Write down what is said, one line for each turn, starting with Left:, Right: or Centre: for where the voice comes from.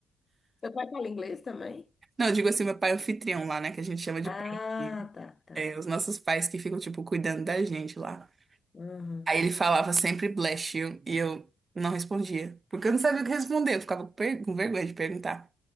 Left: Seu pai fala inglês também?
Right: Não, eu digo assim, meu pai é anfitrião lá, né, que a gente chama de
Left: Ah,
Right: pai. anfitrião.
Left: tá, tá.
Right: É,
Left: tá.
Right: os nossos pais que ficam, tipo, cuidando da gente lá.
Left: Uhum.
Right: Aí ele falava sempre bless you e eu não respondia, porque eu não sabia o que responder, eu ficava com per- com vergonha de perguntar.